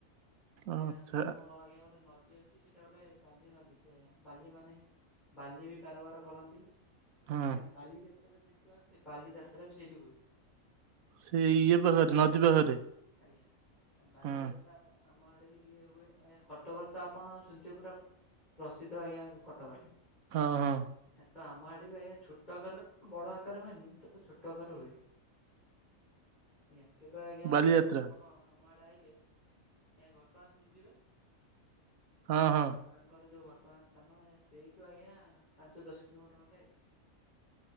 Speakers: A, on the left; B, on the right.
A: ଆଜ୍ଞା
B: ଆଚ୍ଛା
A: ଆମ ଆଜ୍ଞା ଗୋଟେ ନଦୀ ଅ ଛି ସେଟା ଗୋଟେ ବାଲି ନଦୀ ଟେ ବାଲି ମାନେ ବାଲି ବି କାରବାର କରନ୍ତି।
B: ହଁ।
A: ଆଜ୍ଞା ବାଲିଯାତ୍ରା ଯେହେତୁ ଆସେ ବାଲିଯାତ୍ରା ବି ସେଇଠି ହୁଏ।
B: ସେ ଇଏ ପାଖରେ ନଦୀ ପାଖରେ।
A: ଆଜ୍ଞା ଆ ବାଲିଯାତ୍ରା।
B: ହଁ
A: ଆମ ଆଡେ ବି ଟିକେ ହୁଏ ଏ କଟକରେ ତ ଆପଣ ଶୁଣିଥିବେ ପୁରା ପ୍ରସିଦ୍ଧ ଆଜ୍ଞା କଟକରେ।
B: ହଁ ହଁ।
A: ଏ ତ ଆମ ଆଡେ ବି ଆଜ୍ଞା ଛୋଟ ଆକାର ହୁଏ ବଡ ଆକାର ହୁଏନି ତ ଛୋଟ ଆକାର ହୁଏ। ଆଜ୍ଞା କେବେ ଆଜ୍ଞା
B: ବାଲିଯାତ୍ରା
A: କଣ ଆମ ଆଡେ ଆଇଲେ। ଆଜ୍ଞା ଘଟଣା ସୁଣିଥିବେ
B: ହଁ
A: ଏ ଯଉ
B: ହଁ।
A: ମାଆଙ୍କର ଯଉ ଘଟଣା ଆସ ସ୍ଥାନ ଏ ସେଇଠୁ ଆଜ୍ଞା ପାଞ୍ଚ ଦଶ କିଲୋମିଟର ଖଣ୍ଡେ ହେ